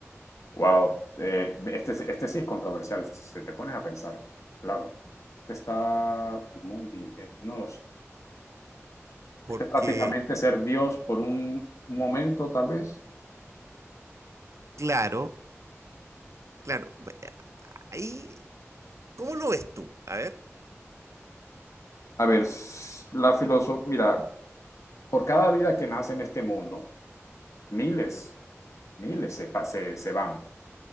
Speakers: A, on the left; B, on the right.
A: wow, Eh, este, es- este sí es controversial, si te pones a pensar. Claro, este está muy, di- eh, no lo sé. Este
B: Porque,
A: es prácticamente ser Dios por un momento, tal vez.
B: claro, claro, ahí, ¿cómo lo ves tú? A ver,
A: A ver, s- la filosofía, mira, por cada vida que nace en este mundo, miles, miles se, se, se van.